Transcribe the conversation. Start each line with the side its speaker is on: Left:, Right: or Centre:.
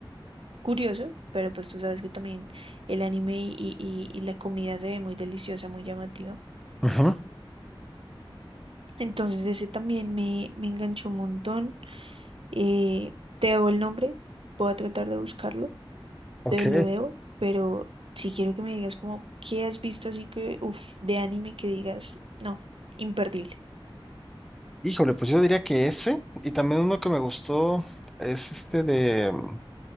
Right: Curioso, pero pues tú sabes que también el anime y, y- y la comida se ve muy deliciosa, muy llamativa.
Centre: Ajá.
Right: Entonces ese también me, me enganchó un montón. Eh, te debo el nombre, voy a tratar de buscarlo,
Centre: Ok.
Right: te lo debo, pero si quiero que me digas como qué has visto así que, uff, de anime que digas, no, imperdible.
Centre: Híjole, pues yo diría que ese, y también uno que me gustó es este de, mm,